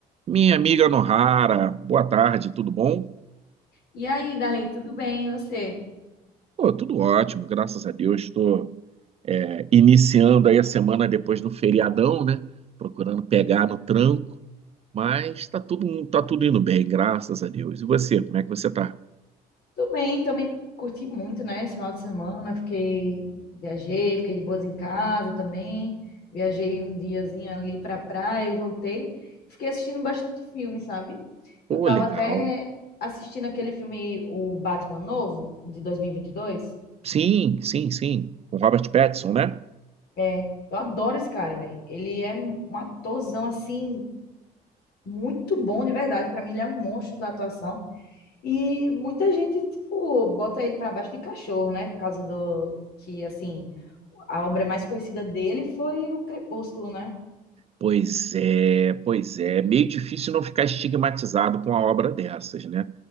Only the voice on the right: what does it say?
Minha amiga Nohara, boa tarde, tudo bom?
Pô, tudo ótimo, graças a Deus. Estou é, iniciando aí a semana depois do feriadão, né? Procurando pegar no tranco, mas está tudo, tá tudo indo bem, graças a Deus. E você, como é que você tá?
Pô,
legal.
Sim, sim, sim. Com Robert Pattinson, né?
Pois é, pois é. Meio difícil não ficar estigmatizado com a obra dessas, né?